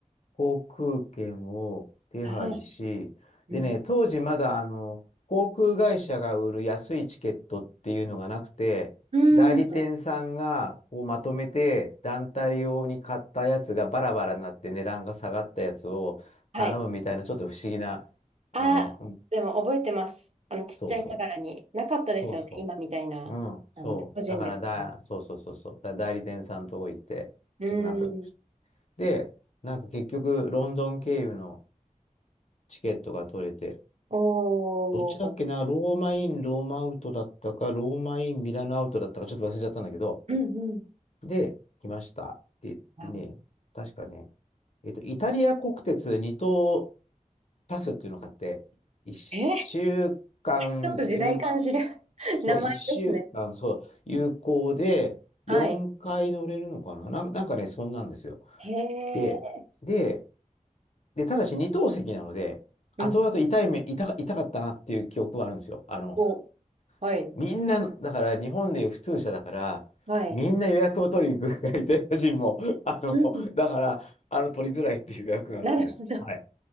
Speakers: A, on the left; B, on the right.
A: 航空券を手配し、
B: はい。うん。
A: でね、当時まだ、あの、航空会社が売る安いチケットっていうのがなくて、
B: うん。
A: 代理店さんがこうまとめて団体用に買ったやつがバラバラになって値段が下がったやつを頼むみたいなちょっと不思議な、
B: はい。あ、
A: あの、うん
B: でも覚えてます。あの、ちっちゃいながらに。
A: そうそう、
B: なかったですよね。
A: そうそ
B: 今みたいな、
A: ううん、そう。
B: あの、個人で買う。
A: だからだ、そうそうそうそう。だから代理店さんとこ行って、
B: うん。
A: ちょっと仲良くして。で、なんか結局、ロンドン経由のチケットが取れて、
B: おー。
A: どっちだっけな、ローマイン、ローマアウトだったか、ローマイン、ミラノアウトだったか、ちょっと忘れちゃったんだけど、
B: うんうん。
A: で、来ましたって言ってね、
B: あ、
A: 確かね、えっと、イタリア国鉄2等パスっていうのがあって、1週間有
B: えー、ちょっと時代感じる <laughs>
A: そう、
B: 名前ですね。
A: 1週間、そう、有効で、
B: はい。
A: 4回乗れるのかななん、なんかね、そんなんですよ。
B: へえ。
A: で、で、で、ただし二等席なので、
B: うん。
A: 後々痛い目、痛か、痛かったなっていう記憶はあるんですよ。あの、
B: お、はい。
A: みんなだから日本でいう普通車だから、
B: はい。
A: みんな予約を取りに行くから、イタリア人も、あの、
B: うん。
A: だから、あの、取りづらいっていう予約があって、
B: なるほど。
A: はい。